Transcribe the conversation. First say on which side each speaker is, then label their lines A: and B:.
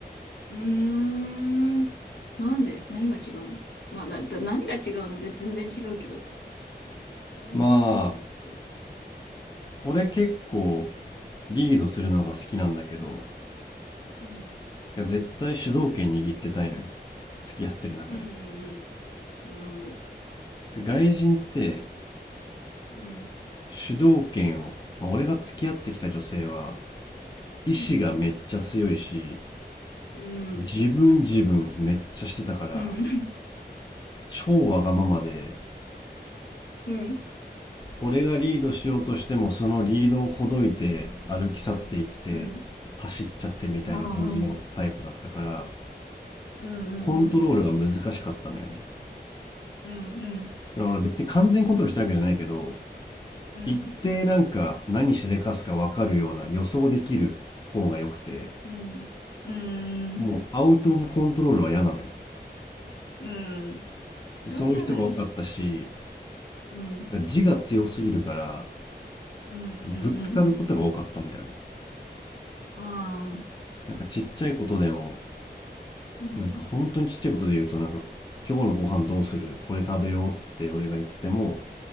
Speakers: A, on the left; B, on the left.
A: うーん。なんで何が違うのまあ、な、だ、何が違うので全然違うけど、男性の意見聞きたい。
B: まあ、俺結構リードするのが好きなんだけど、
A: うん。
B: いや絶対主導権握ってたいのよ。付き合ってる中で。
A: うんうんうん。なるほど。
B: で、外人って
A: うん。
B: 主導権を、まあ、俺が付き合ってきた女性は、意志がめっちゃ強いし、
A: うん。うん。
B: 自分自分めっちゃしてたから、
A: うん。
B: 超わがままで、
A: うん。
B: 俺がリードしようとしてもそのリードをほどいて歩き去っていって走っちゃってみたいな感じのタイプだったから
A: うん。ああ。うんうんうん。
B: コントロールが難しかったのよね
A: うんうん。
B: でも俺別に完全にコントロールしたわけじゃないけど
A: うん。
B: 一定なんか何しでかすか分かるような予想できる方が良くて
A: うん。う
B: もうアウト・
A: ん。
B: オブ・コントロールは嫌なのよ
A: うん。それは嫌だね。
B: でそういう人が多かったし
A: うん。
B: 自我強すぎるから
A: うんうんうん。
B: ぶつかることが多かったんだよね。
A: ああ。
B: なんかちっちゃいことでも、
A: うん。
B: なんか本当にちっちゃいことで言うと、なんか今日のご飯どうするこれ食べようって俺が言っても、